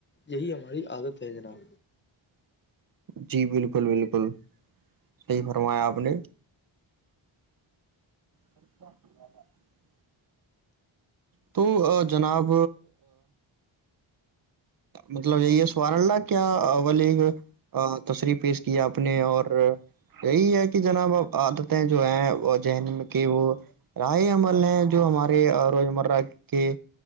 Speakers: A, on the left; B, on the right.
A: یہی ہماری عادت ہے جناب
B: جی بالکل بالکل صحیح فرمایا آپ نے <inaudible> تو جناب مطلب یہی ہے سوار اللہ کیا الی تصریح پیش کیا آپ نے اور یہی ہے کہ جناب اب عادتیں جو ہیں ذہن کے وہ رائے عمل ہیں جو ہمارے روزمرہ کے